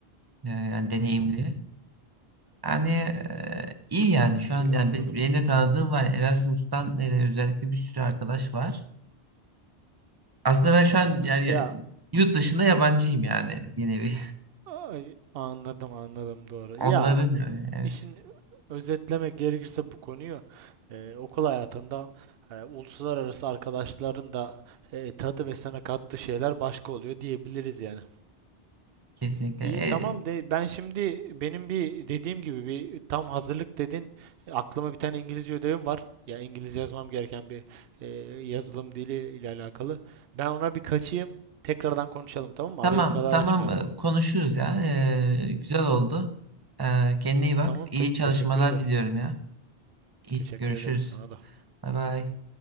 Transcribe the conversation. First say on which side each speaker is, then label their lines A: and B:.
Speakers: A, on the right; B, on the right.
A: Ee, yani deneyimli.
B: Aha.
A: Yani e, iyi yani şu
B: E,
A: an yani
B: Anladım.
A: biz- benim de tanıdığım var. Erasmus'tan hele özellikle bir sürü arkadaş var. Aslında ben
B: Anladım.
A: şu an yani ya-
B: Ya
A: yurt dışında yabancıyım yani bir nevi.
B: Ay, anladım anladım
A: <laughs>
B: doğru.
A: Onların
B: Ya
A: yani evet.
B: işin özetlemek gerekirse bu konuyu e, okul hayatında e, uluslararası arkadaşların da e, tadı ve sana kattığı şeyler başka oluyor diyebiliriz yani.
A: Kesinlikle.
B: İyi
A: E,
B: tamam de ben şimdi benim bir dediğim gibi bir tam hazırlık dedin E, aklıma bir tane İngilizce ödevim var. Ya İngilizce yazmam gereken bir e, yazılım dili ile alakalı. Ben ona bir kaçayım. Tekrardan konuşalım tamam mı?
A: Tamam,
B: Arayı bu kadar
A: tamam
B: açmayalım.
A: e, konuşuruz ya. E, güzel oldu. E, kendine iyi bak.
B: Tamam te-
A: İyi çalışmalar
B: teşekkür ederim.
A: diliyorum ya. İyi,
B: Teşekkür
A: görüşürüz.
B: ederim sana da.
A: Bay bay.